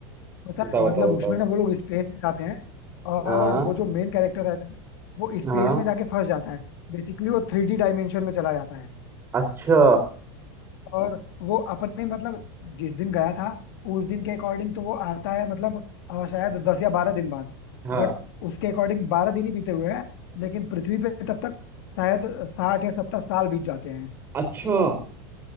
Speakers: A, on the left (about 65°); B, on the right (about 15°).
A: पता
B: बताओ
A: है मतलब
B: बताओ
A: उसमें
B: बताओ
A: ना वो लोग स्पेस में जाते हैं और
B: हाँ
A: वो जो मेन कैरेक्टर रहता है ना वो स्पेस
B: हाँ
A: में जाके फंस जाता है बेसिकली वो थ्री डी डायमेंशन में चला जाता है
B: अच्छा
A: और वो अपने मतलब जिस दिन गया था उस दिन के अकॉर्डिंग तो वो आता है मतलब अ, शायद दस या बारह दिन बाद
B: हाँ
A: बट उसके अकॉर्डिंग बारह दिन ही बीते हुए हैं लेकिन पृथ्वी पे तब तक शायद साठ या सत्तर साल बीत जाते हैं
B: अच्छा